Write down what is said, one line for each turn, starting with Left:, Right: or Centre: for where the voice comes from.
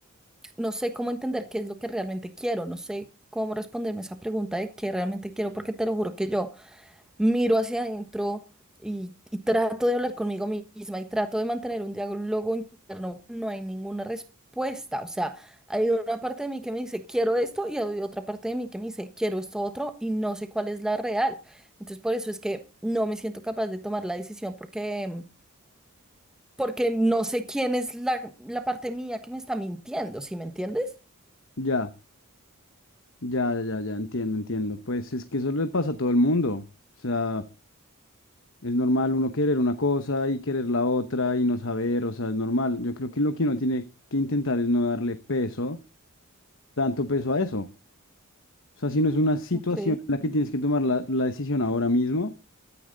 Centre: no sé cómo entender qué es lo que realmente quiero, no sé cómo responderme esa pregunta de qué realmente quiero, porque te lo juro que yo miro hacia adentro y, y trato de hablar conmigo misma y trato de mantener un diálogo interno, no hay ninguna respuesta. O sea, hay una parte de mí que me dice, quiero esto y hay otra parte de mí que me dice, quiero esto otro y no sé cuál es la real. Entonces, por eso es que no me siento capaz de tomar la decisión porque, porque no sé quién es la, la parte mía que me está mintiendo, ¿sí me entiendes?
Left: Ya. Ya, ya, ya, ya, entiendo, entiendo. Pues es que eso le pasa a todo el mundo. O sea, es normal uno querer una cosa y querer la otra y no saber, o sea, es normal. Yo creo que lo que uno tiene que intentar es no darle peso, tanto peso a eso. O sea, si no es una situación
Centre: Ok,
Left: en la que tienes que tomar la, la decisión ahora mismo,